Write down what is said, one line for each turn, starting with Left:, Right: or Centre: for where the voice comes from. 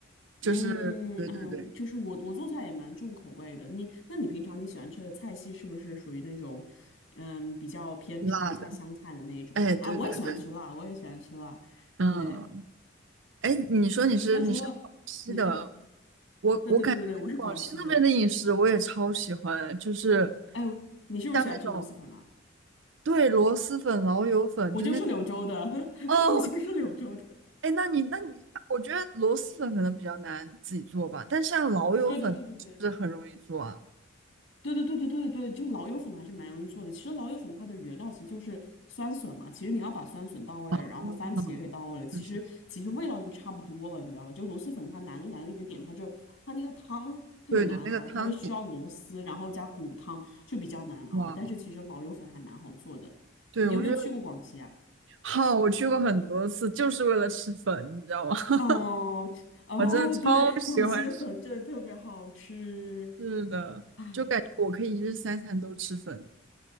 Right: 就是对对对，
Left: 嗯嗯，哎，我就是我，我做菜也蛮重口味的。你，那你平常你喜欢吃的菜系是不是属于那种，嗯，比较偏川菜、
Right: 辣的，
Left: 湘菜的那一种啊？
Right: 哎，对对对，
Left: 我也喜欢吃辣，我也喜欢吃辣。
Right: 嗯，
Left: 对，
Right: 哎，你说你是你是广西的，
Left: 那除了你说，
Right: 我
Left: 对对对对对，我是广西的。
Right: 广西那边的饮食我也超喜欢，就是
Left: 哎呦，你是不是喜欢吃螺蛳粉啊？
Right: 像那种对螺蛳粉、老友粉，
Left: 我就是柳州的，
Right: 就那
Left: <laughs>
Right: 哦，
Left: 我就是柳州的。
Right: 哎，那你那你，我觉得螺蛳粉可能比较难自己做吧，但像老友粉是不是很容易做啊。
Left: <laughs> 对对对对对。对对对对对对，就老友粉还是蛮容易做的。其实老友粉它的原料其实就是酸笋嘛，其实你要把酸笋到位了，
Right: 嗯，
Left: 然后番茄给到位了，其实其实味道就差不多了，
Right: 是是，
Left: 你知道吧？就螺蛳粉它难就难的一个点，它就它那个汤特别难熬，
Right: 对对，那个汤底，
Left: 它是需要螺丝，然后加骨汤就比较难熬。
Right: 哇，
Left: 但是其实老友粉还蛮好做的。
Right: 对，
Left: 你有没有去过广西啊？
Right: 我觉得好，我去过很多次，就是为了吃粉，你知道吗？
Left: 哦哦，
Right: <laughs> 我真的超喜欢吃，
Left: 对，广西的粉真的特别好吃。
Right: 是的，
Left: 唉。
Right: 就感觉我可以一日三餐都吃粉。